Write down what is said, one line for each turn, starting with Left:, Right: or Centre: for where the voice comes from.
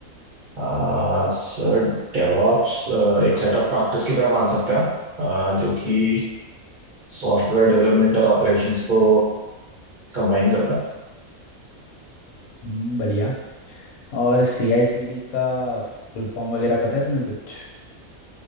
Right: अह, सर डेवऑप्स एक सेट ऑफ प्रैक्टिस की तरह मान सकते हैं हम, अह, जो कि सॉफ्टवेयर डेवलपमेंट और ऑपरेशंस को कंबाइन करता है
Left: हम्म, बढ़िया और सी आई सी डी का फुल फॉर्म वगैरह पता है तुम्हें कुछ